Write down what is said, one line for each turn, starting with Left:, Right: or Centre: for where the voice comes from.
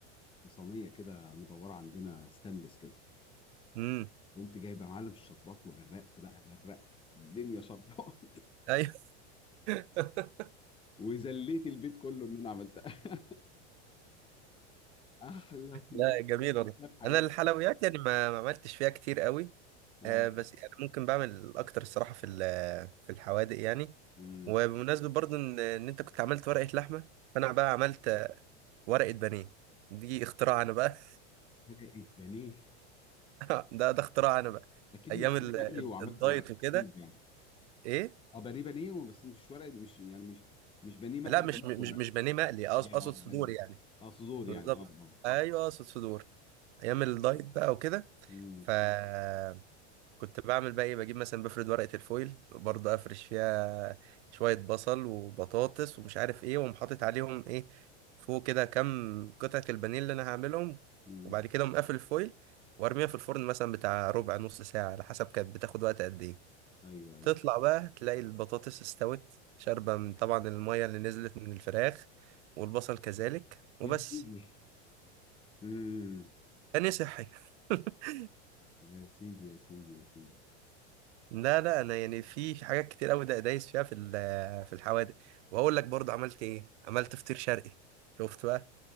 Left: في صينيه كده مدوره عندنا ستانلس كده
Right: امم
Left: قمت جايب يا معلم الشربات وغرقت بقى غرقت الدنيا شربات
Right: ايوه <laughs>
Left: <laughs> وذليت البيت كله ان انا عملتها <laughs> احلى كنافه
Right: لا جميل
Left: اكلتها
Right: والله
Left: في حياتي
Right: انا الحلويات يعني ما ما عملتش فيها كتير قوي
Left: اه
Right: آه بس يعني ممكن بعمل اكتر الصراحه في ال- في الحوادق يعني
Left: امم
Right: وبمناسبه برضو ان ان انت كنت عملت ورقه لحمه فانا بقى عملت آه، ورقه بانيه دي اختراع انا بقى
Left: فرقت بانيه
Right: <laughs> ده ده اختراع انا بقى
Left: اكيد
Right: ايام
Left: مش بانيه
Right: ال-
Left: مقلي
Right: الد-
Left: وعملت
Right: الدايت
Left: ورق
Right: وكده
Left: أكيد يعني
Right: ايه
Left: اه بانيه بانيه بس مش ورق مش يعني مش مش بانيه مقلي
Right: لا مش
Left: مش
Right: مش
Left: ورق
Right: مش بانيه مقلي أقص- اقصد
Left: اه اه بانيه
Right: صدور يعني
Left: اه صدور
Right: بالظبط
Left: يعني اه اه
Right: ايوه اقصد صدور ايام الدايت بقى وكده
Left: امم
Right: فكنت بعمل بقى ايه بجيب مثلا بفرد ورقة الفويل برضه افرش فيها شوية بصل وبطاطس ومش عارف ايه واقوم حاطط عليهم ايه فوق كده كام قطعة البانيه اللي انا هعملهم
Left: امم
Right: وبعد كده اقوم قافل الفويل وارميها في الفرن مثلا بتاع ربع نص ساعة على حسب كانت بتاخد وقت قد ايه
Left: ايوه ايوه
Right: تطلع بقى تلاقي البطاطس استوت شاربة من طبعا المية اللي نزلت من الفراخ والبصل كذلك وبس
Left: يا سيدي امم
Right: تاني صحي <laughs>
Left: يا سيدي يا سيدي يا سيدي
Right: لا لا انا يعني في في حاجات كتير قوي ده دايس فيها في ال- في الحوادق وهقول لك برضه عملت ايه عملت فطير شرقي شفت بقى